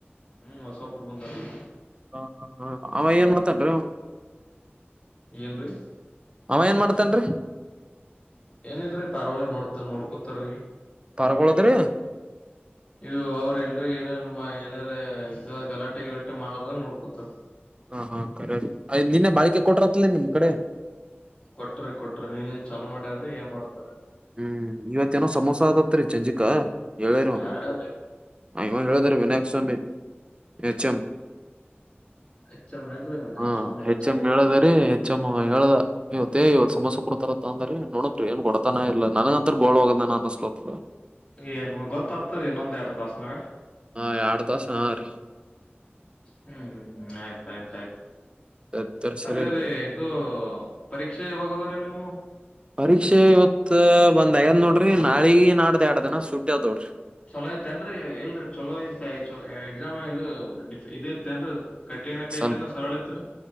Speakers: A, on the left; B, on the right.
A: ಹ್ಮ್ ಹೊಸಬರು ಬಂದರು
B: <unintelligible>
A: ಏನ್ರೀ
B: ಅವ ಏನ್ ಮಾಡಾ್ತನ್ರಿ
A: ಏನಿಲ್ರಿ ಪಾರಿವಾಳ ನೋಡ್ತ ನೋಡ್ಕೋತಾರೀ
B: ಪಾರ್ಗೊಳದ್ರಿ
A: ಇದು ಅವ್ರ ಎಲ್ರುೂ ಏನ ಏನಾರ ಗಲಾಟೆ ಗಲಾಟೆ ಮಾಡಾರದಾಗ ನೋಡ್ಕೊತರ್
B: ಹಾ ಹಾ ಕರಯ್ ನಿನ್ನೆ ಬಾಳಿಕೆ ಕೊಟ್ರತ್ಲ ನಿಮ್ ಕಡೆ
A: ಕೊಟ್ರಿ ಕೊಟ್ರಿ ನೀನು ಚಾಲು ಮಾಡ್ಯಾರ್ರರಿ ಏನ್ ಮಾಡ್ತರಿ
B: ಹ್ಮ್ ಇವತ್ತೇಏನೋ ಸಮೋಸ ಆದದತ್ರಿ ಚಂಜಿಕಾ ಹೇಳೇರ ಒ
A: ಯಾರ್ ಹೇಳ್ಯಾರಿ
B: ಐವಾ ಹೇಳಳದರೆ ವಿಿನಾಯಕ್ ಸ್ವಾಮಿ ಎಚ್ ಎಂ
A: ಎಚ್ ಎಂ ಏನ್ರಿ ವಿನಾಯಕ್
B: ಹಾ
A: ಸ್ವಾಮಿ
B: ಹೆಚ್ಚ
A: ಎಚ್
B: ಹೆಚ್ ಎಂ ಹೇಳದರಿೀ ಹೆಚ್ಚ ಎಮ್ ಹೇಳದ ಇವತ್ತು <unintelligible>
A: ಏನ್ ಗೊತ್ತತ್ತರಿ ಇನ್ನೊಂದ್ ಎರಡು ತಾಸನಾಗ
B: ಹಾ ಎಡು ತಾಸ ಹಾ ರೀ
A: ಹ್ಮ್ ಹ್ಮ್್ಮ್ ಆಯ್ತಾಯ್ತ ಆಯ್ತು
B: ಹ್ಮ್ ಸರಿ
A: ಅದೇ ರೀ ಇದು ಪರೀಕ್ಷೆಾವಾಗುವ್ರೀ ನೀಮವು
B: ಪರೀಕ್ಷೆ ಇವತ್ ಒಂದ್ ಐದ್ ನೋಡ್ರಿ ನಾಳಿ ನಾಡ್ದ ಎರಡ ದಿನ ಸುಟ್ಟಿ ಆದೋಡ್ರಿ
A: ಚಲೋ ಐತ್ತೇನ್ರರಿ ಎಲ್ರಿ ಚೊಲೋ ಐತೆ ಚ ಎಕ್ಸಾಮ್ ಇದು ಇದ ಇಐತೆೇನ್ರಿ ಏನಕೈಐತನ
B: ಸ್ವಲ್ಪ
A: ಸರಳತ್ರು